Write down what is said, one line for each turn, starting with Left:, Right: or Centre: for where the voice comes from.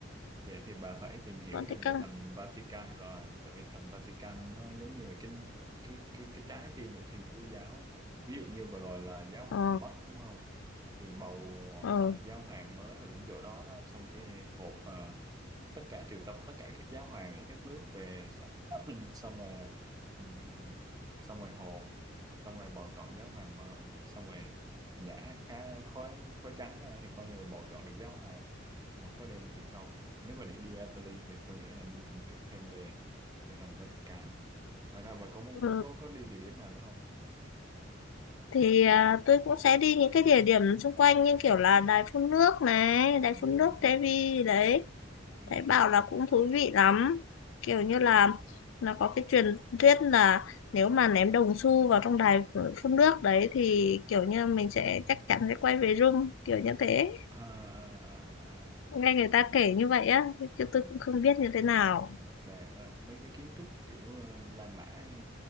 Right: vậy thì bà phải tìm hiểu
Left: Vẫn
Right: thêm
Left: thế căng.
Right: về thành Vatican rồi tại vì thành Vatican nó giống như là cái cái cái cái trái tim của Thiên Chúa giáo á. ví dụ như vừa rồi là giáo hoàng
Left: Ờ
Right: mất đúng không thì bầu
Left: ờ
Right: lại giáo hoàng mới là cũng chỗ đó đó xong cái hộp ờ, tất cả triệu tập tất cả các giáo hoàng ở các nước về xong, <clears throat> xong rồi ừm, xong rồi họp xong rồi bầu chọn giáo hoàng mới xong rồi nhả khá khói khói trắng ra thì coi như là bầu chọn được giáo hoàng mà khói đen thì không nếu mà để đi Italy thì tôi nghĩ là nên tìm hiểu thêm về về thành Vatican á. ngoài ra bà có muốn
Left: ừ.
Right: có có đi địa điểm nào nữa không
Left: Thì à, tôi cũng sẽ đi những cái địa điểm xung quanh như kiểu là đài phun nước này, đài
Right: Ừm,
Left: phun nước Devi đấy
Right: ừm,
Left: thấy bảo là cũng thú vị lắm kiểu như là nó có cái truyền thuyết là nếu mà ném đồng xu vào trong đài phun nước đấy thì kiểu như mình sẽ chắc chắn sẽ quay về rung kiểu như thế
Right: à, à, à, à,
Left: nghe người ta kể như vậy á chứ
Right: ừm.
Left: tôi cũng không biết như thế nào
Right: đẹp không mấy cái kiến trúc kiểu ờ, La Mã hay